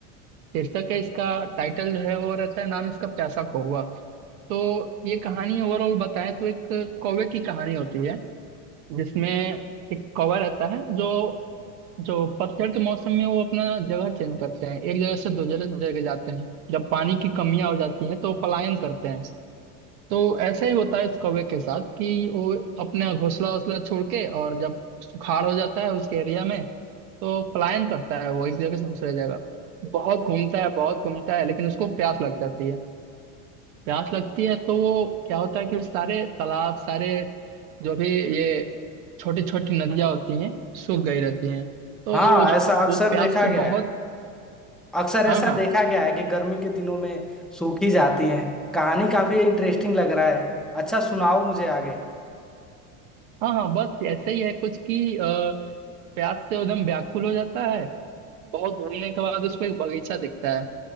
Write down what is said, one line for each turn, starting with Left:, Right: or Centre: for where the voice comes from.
Right: शीर्षक है इसका टाइटल जो है वो रहता है नाम इसका प्यासा कौवा तो ये कहानी ओवरऑल बताएं तो एक कौवे की कहानी होती है जिसमें एक कौवा रहता है जो जो पतझड़ के मौसम में वो अपना जगह चेंज करते हैं एक जगह से दूसरे जगह जाते हैं जब पानी की कमियां हो जाती हैं तो वो पलायन करते हैं तो ऐसा ही होता है इस कौवे के साथ कि वो अपना घोंसला वोसला छोड़ के और जब सुखाड़ हो जाता है उसके एरिया में तो पलायन करता है वो एक जगह से दूसरे जगह बहुत घूमता है बहुत घूमता है लेकिन उसको प्यास लग जाती है प्यास लगती है तो वो क्या होता है कि सारे तालाब सारे जो भी ये छोटी छोटी नदियां होती हैं सूख गई रहती हैं तो
Centre: हाँ
Right: वो
Centre: ऐसा अक्सर
Right: वो प्यास
Centre: देखा
Right: से
Centre: गया
Right: बहुत
Centre: है अक्सर
Right: हाँ
Centre: ऐसा
Right: हाँ
Centre: देखा गया है कि गर्मी के दिनों में सूखी जाती हैं कहानी काफी इंटरेस्टिंग लग रहा है अच्छा सुनाओ मुझे आगे
Right: हाँ हाँ बस ऐसे ही है कुछ कि अ, प्यास से एकदम व्याकुल हो जाता है बहुत घूमने के बाद उसको एक बगीचा दिखता है